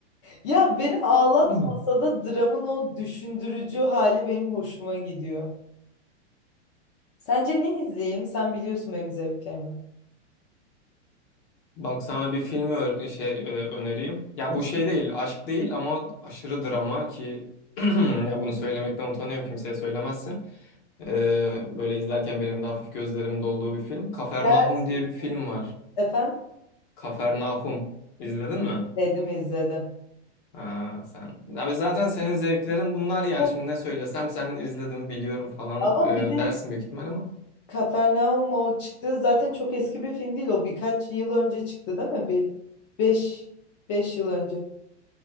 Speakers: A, on the left; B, on the left.
A: ya beni ağlatmasa
B: <clears throat> Hmm.
A: da dramın o düşündürücü hali benim hoşuma gidiyor. Sence ne izleyeyim? Sen biliyorsun benim zevklerimi.
B: Bak sana bir filmi ö- şey e, önereyim. Ya bu şey değil, aşk değil ama aşırı drama ki <clears throat> ya bunu söylemekten utanıyorum kimseye söylemezsin. Ee, böyle izlerken benim de hafif gözlerim dolduğu bir film. Kafernahum
A: Gerçek.
B: diye bir film var.
A: Efendim?
B: Kafernahum. İzledin mi?
A: Dedim izledim.
B: Ha, sen. Abi zaten senin zevklerin bunlar yani.
A: Çok-
B: Şimdi ne söylesem sen izledim biliyorum falan
A: Ama
B: e,
A: bir de
B: dersin büyük ihtimal ama.
A: Kafernaum o çıktı. Zaten çok eski bir film değil o. Birkaç yıl önce çıktı değil mi? Bir 5 5 yıl önce.